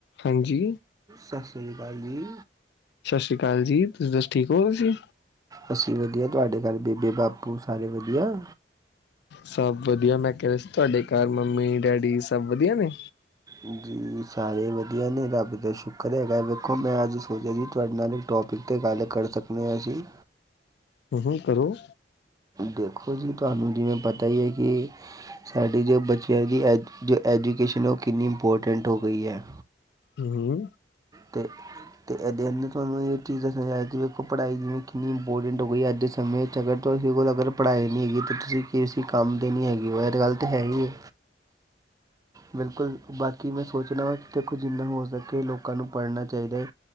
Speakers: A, on the left; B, on the right.
A: ਹਾਂਜੀ।
B: ਸਤਿ ਸ਼੍ਰੀ ਅਕਾਲ ਜੀ।
A: ਸਤਿ ਸ਼੍ਰੀ ਅਕਾਲ ਜੀ ਤੁਸੀਂ ਦੱਸ ਠੀਕ ਹੋ ਤੁਸੀਂ।
B: ਅਸੀਂ ਵਧੀਆ ਤੁਹਾਡੇ ਘਰ ਬੇਬੇ ਬਾਪੂ ਸਾਰੇ ਵਧੀਆ?
A: ਸਭ ਵਧੀਆ ਮੈਂ ਕਹਿ ਰਿਹਾ ਸੀ ਤੁਹਾਡੇ ਘਰ ਮੰਮੀ ਡੈਡੀ ਸਭ ਵਧੀਆ ਨੇ
B: ਹਾਜੀ, ਸਾਰੇ ਵਧੀਆ ਨੇ ਰੱਬ ਦਾ ਸ਼ੁਕਰ ਹੈਗਾ ਵੇਖੋ ਮੈਂ ਅੱਜ ਸੋਚਿਆ ਜੀ ਤੁਹਾਡੇ ਨਾਲ ਇੱ ਟੋਪਿਕ ਤੇ ਗੱਲ ਕਰ ਸਕਦੇ ਹੈਜੀ।
A: ਹੂੰਆ ਕਰੋ?
B: ਦੇਖੋ, ਜੀ। ਤੁਹਾਨੂੰ ਜਿਵੇਂ ਪਤਾ ਹੈ ਕਿ ਸਾਡੇ ਜੋ ਬੱਚਿਆਂ ਦੀ ਐਜ ਜੋ ਐਜੂਕੇਸ਼ਨ ਉਹ ਕਿੰਨੀ ਇੰਪੋਰਟੈਂਟ ਹੋ ਗਈ ਹੈ।
A: ਹੂੰ।
B: ਤੇ, ਤੇ <unintelligible> ਤੁਹਾਨੂੰ ਇਹ ਤੁਸੀਜ਼ ਦੱਸਣਾ ਚ ਜਾਵੇ ਕਿ ਵੇਖੋ ਪੜ੍ਹਾਈ ਕਿੰਨੀ ਇੰਪੋਰਟੈਂਟ ਹੋ ਗਈ ਹੈ, ਅੱਜ ਦੇ ਸਮੇਂ ਅਗਰ ਤੁਹਾਡੇ ਕੋਲ ਅਗਰ ਪੜ੍ਹਾਈ ਨਹੀਂ ਹੈਗੀ ਤਾਂ ਤੁਸੀਂ ਏਸੀ ਕੰਮ ਦੇ ਨਹੀਂ ਹੈਗੇ ਉਹ ਇਹ ਤਾਂ ਗੱਲ ਤਾਂ ਹੈ ਈ ਨਹੀਂ। ਬਿਲਕੁਲ, ਬਾਕੀ ਮੈਂ ਸੋਚਦਾ ਵਾਂ ਕਿ ਦੇਖੋ ਜਿੰਨਾ ਹੋ ਸਕੇ ਲੋਕ ਲੋਕਾਂ ਨੂੰ ਪੜ੍ਹਨਾ ਚਾਹੀਦਾ।